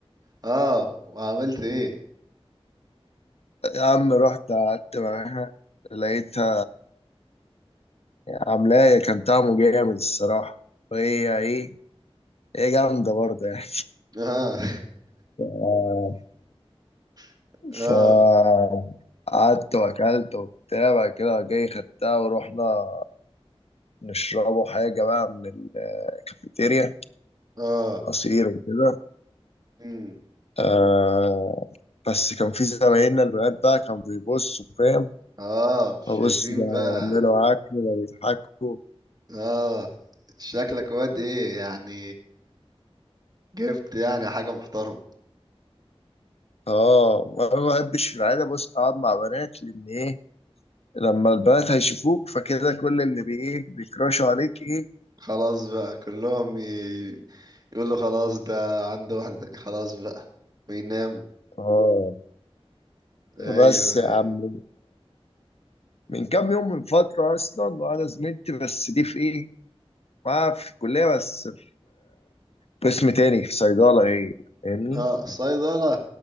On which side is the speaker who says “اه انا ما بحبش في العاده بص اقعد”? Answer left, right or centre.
Left